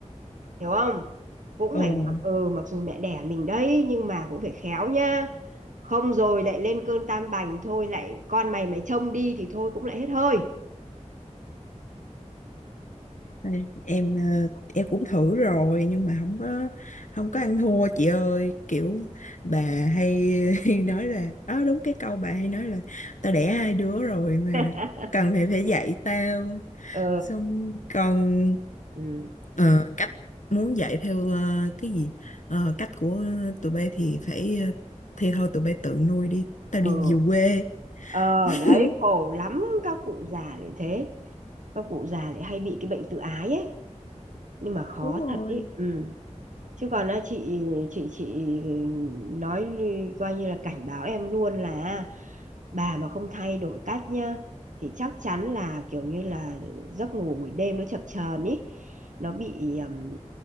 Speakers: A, on the right; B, on the left.
A: hiểu không cũng
B: Ồ.
A: phải mặc ừ mặc dù mẹ đẻ mình đấy nhưng mà cũng phải khéo nha không rồi lại lên cơn tam bành thôi lại con mày mày trông đi thì thôi cũng lại hết hơi
B: Đây, em ờ, em cũng thử rồi nhưng mà không có không có ăn thua chị ơi kiểu bà hay <laughs> nói là đó đúng cái câu bà hay nói là tao đẻ hai đứa rồi mà
A: <laughs>
B: cần phải phải dạy tao
A: ờ
B: xong còn
A: ừ,
B: ờ, cách muốn dạy theo ờ, cái gì Ờ, cách của tụi bay thì phải ờ, thì thôi tụi bay tự nuôi đi tao
A: ừ.
B: đi về quê
A: ờ
B: <laughs>
A: đấy khổ lắm các cụ già lại thế các cụ già lại hay bị cái bệnh tự ái ấy nhưng mà khó
B: đúng rồi
A: thật ấy ừ chứ còn á, chị chị chị nói lư- coi như là cảnh báo em luôn là bà mà không thay đổi cách nhá thì chắc chắn là kiểu như là giấc ngủ buổi đêm nó chập chờn ý nó bị ừm,